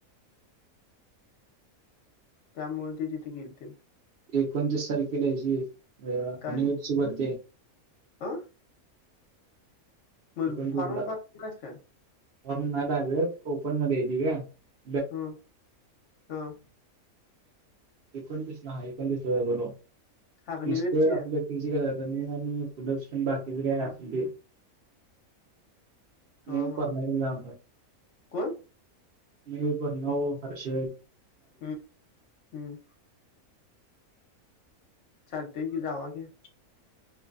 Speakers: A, on the left (about 60°); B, on the right (about 50°).
A: त्यामुळे ते तिथे गेतील
B: एकोणतीस तारखेला्यायची युनिव्हर्सिटी
A: काय
B: भरती.
A: अ मग
B: पण त
A: फॉर्म
B: तुला
A: भरलास काय
B: <inaudible> फर् म्हणाला व ओपन मध्ये य त का.
A: हम्, हा.
B: एकोणतीसला एकोणतीस व बरोब
A: अग्निवीरची
B: नुसते आपले कल आणि फुट बाकीचे काय अस ते. <inaudible>
A: हा
B: मी
A: हा
B: परण जा.
A: कोण?
B: मी बणऊ हर्ष.
A: हम्म-हम्म. चालतय कि जावा की <inaudible>